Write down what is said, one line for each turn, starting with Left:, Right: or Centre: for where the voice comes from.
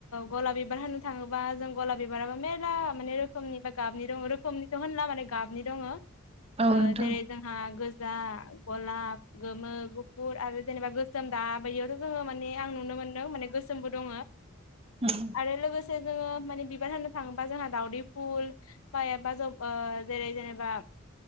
Left: गलाब बिबार होननो थाङोबा जों गलाब बिबाराबो मेरला माने रोखोमनि बा गाबनि दं रोखोमनिथ' होनला माने गाबनि दंङो
Right: औ
Left: ओ
Right: नोंथां
Left: जेरै जोंहा गोजा, गलाब, गोमो, गुफुर आरो जेनेबा गोसोम दा बायदियावथ' जोङो माने आं नुनो मोन्दों माने गोसोमबो दङो
Right: उम
Left: आरो लोगोसे माखासे जोङो माने बिबार होननो थाङोबा जोंहा दावदै फुल बा एबा ज ओ जेरै जेनेबा